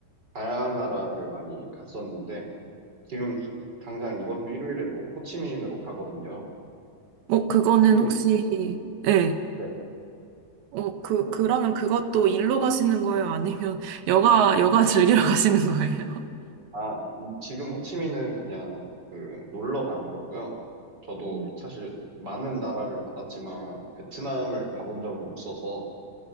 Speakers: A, on the right (about 25°); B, on the right (about 90°).
A: 다양한 나라를 많이 갔었는데, 지금 당장 이번 주 일요일에도 호치민으로 가거든요.
B: 어, 그거는
A: 혹시,
B: 혹시 네.
A: 네,
B: 어, 그,
A: 어,
B: 그러면 그것도 일로 가시는 거예요? 아니면 <laughs> 여가, 여가 즐기러 가시는 거예요?
A: 아, 이- 지금 호치민은 그냥 그 놀러 가는 거고요. 저도
B: 음.
A: 사실 많은 나라를 가봤지만, 베트남을 가본 적은 없어서,